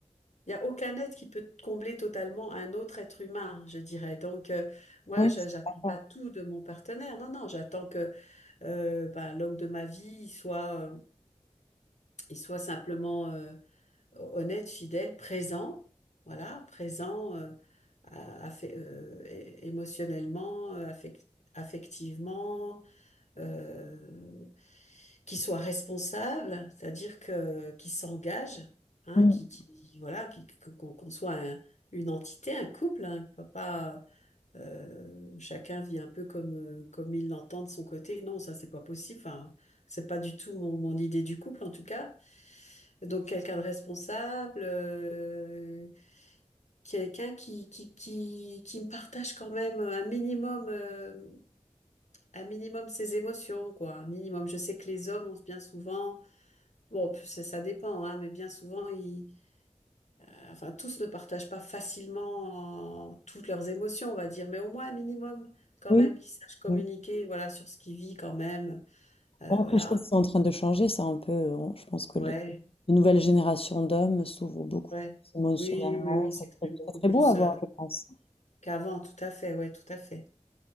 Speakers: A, on the left; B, on the left.
A: il y a aucun être qui peut combler totalement un autre être humain, je dirais. Donc, euh, moi,
B: Ouais,
A: je-
B: je suis
A: j'attends
B: d'accord.
A: pas tout de mon partenaire. Non, non, j'attends que euh, ben, l'homme de ma vie il soit, euh, il soit simplement euh, honnête, fidèle, présent. Voilà, présent euh, à- affe- euh, é- émotionnellement, euh, affec- affectivement euh, qui soient responsables, c'est-à-dire que qui s'engagent, hein,
B: Mm.
A: qui, qui voilà, qui, qu'on qu'on soit un- une entité, un couple, hein, pas pas, euh, chacun vit un peu comme euh, comme il l'entend de son côté. Non, ça c'est pas possible. Enfin, c'est pas du tout mon, mon idée du couple en tout cas. Donc quelqu'un de responsable, euh, quelqu'un qui qui qui qui me partage quand même un minimum. euh, un minimum ses émotions, quoi. Un minimum. Je sais que les hommes ont bien souvent, bon, p- ça, ça dépend, hein, mais bien souvent, ils, euh, enfin, tous ne partagent pas facilement euh, toutes leurs émotions, on va dire, mais au moins un minimum, quand
B: Oui.
A: même, qu'ils sachent communiquer,
B: Oui.
A: voilà, sur ce qu'ils vivent quand même. Euh,
B: Bon,
A: voilà.
B: après, je pense que c'est en train de changer, ça un peu. on- je pense que
A: Ouais,
B: les, les nouvelles générations d'hommes s'ouvrent beaucoup
A: ouais.
B: plus émotionnellement.
A: Oui, oui, oui, ils
B: C'est
A: s'expriment
B: très,
A: beaucoup
B: c'est très
A: plus
B: beau à voir,
A: euh,
B: je pense.
A: qu'avant, tout à fait, ouais, tout à fait.